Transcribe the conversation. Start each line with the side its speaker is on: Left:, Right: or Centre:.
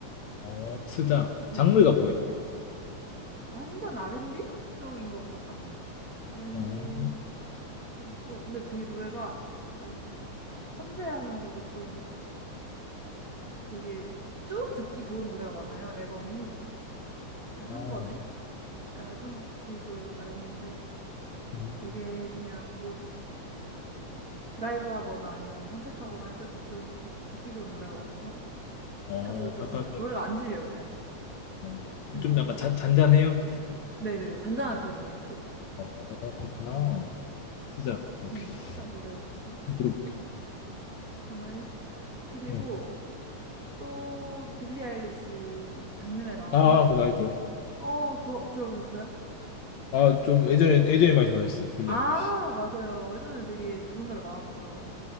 Left: 어, 스작.
Right: 네, 네.
Left: 장르가 뭐예요?
Right: 완전 R&B 쪽인 것 같아요. R&B도
Left: 어,
Right: 있고 근데 되게 노래가 약간 섬세하면서도 좀 되게 쭉 듣기 좋은 노래가 많아요. 앨범이 한
Left: 어,
Right: 번에 약간 얼터너티브 R&B인데
Left: 음.
Right: 되게 그냥 뭐 드라이브하거나 아니면 산책하거나 할 때도 들은 듣기 좋은 노래가 많아서
Left: 어,
Right: 자주 듣고 있습니다.
Left: 약간 좀,
Right: 노래가 안 질려요 잘.
Left: 어,
Right: 네.
Left: 좀 약간 잔, 잔잔해요?
Right: 네네네. 잔잔한 편이에요, 좀.
Left: 어, 그렇구나.
Right: 네.
Left: 스작. 오케이.
Right: 네. 스자 노래 좋습니다.
Left: 좀 들어볼게요.
Right: 정말요? 그리고
Left: 네.
Right: 또 빌리 아일리시 작년에 나온
Left: 아,
Right: 앨범도
Left: 그거 알죠.
Right: 어, 저 들어보셨어요?
Left: 아, 좀 예전에, 예전에 많이 좋아했어요. 빌리
Right: 아,
Left: 아일리시.
Right: 맞아요. 예전에 되게 좋은 노래 많았죠.